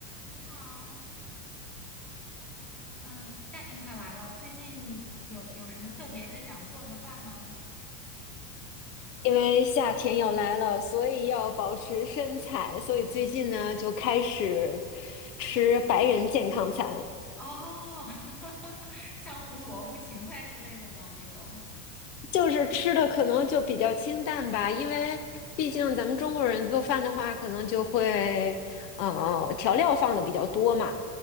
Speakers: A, in the centre; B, on the left.
A: 你好，嗯，夏天快来了，最近有有什么特别的想做的饭吗？
B: 因为夏天要来了，所以要保持身材，所以最近呢就开始吃白人健康餐，
A: 哦，<laughs> 像胡萝卜、芹菜之类的吗？这种？
B: 就是吃的可能就比较清淡吧，因为毕竟咱们中国人做饭的话，可能就会呃调料放的比较多嘛，